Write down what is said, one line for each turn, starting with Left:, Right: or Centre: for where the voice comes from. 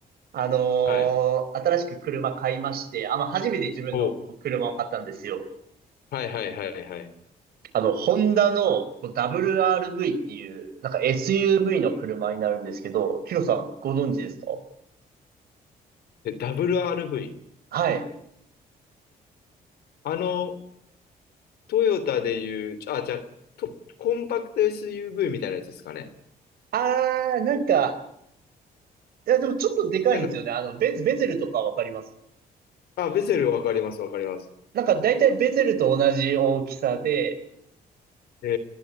Right: あのー新しく車買いまして、
Left: はい。
Right: あ、まあ、初めて自分の車を買ったんですよ。
Left: ほう。はいはいはいはい。
Right: あの、ホンダのこう WRV っていう、なんか SUV の車になるんですけど、ヒロさん、ご存知ですか
Left: え、ダブル r v
Right: はい。
Left: あの、トヨタでいう、あ、じゃあ、とコンパクト SUV みたいなやつですかね。
Right: あー、なんか、いや、でもちょっとでかいんですよね。
Left: なんか、
Right: あの、ベゼ、ベゼルとかわかります
Left: あ、ベゼルわかります、わかります。
Right: なんか大体ベゼルと同じ大きさで、
Left: へ